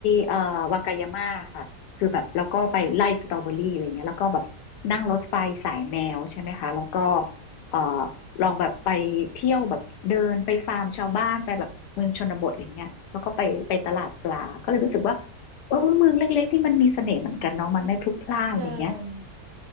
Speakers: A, on the left; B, on the right.
A: เอ่อวากายาม่าค่ะคือแบบแล้วก็ไปไล่สตรอเบอรี่อะไรเงี้ยแล้วก็แบบนั่งรถไฟสายแมวใช่ไหมคะแล้วก็เอ่อลองแบบไปเที่ยวแบบเดินไปฟาร์มชาวบ้านไปแบบเมืองชนบทอะไรเงี้ยแล้วก็ไปไปตลาดปลาก็เลยรู้สึกว่าเออเมืองเล็กๆที่มันมีเสน่ห์เหมือนกันเนาะมันไม่พลุกพล่านอะไรเงี้ย
B: ใช่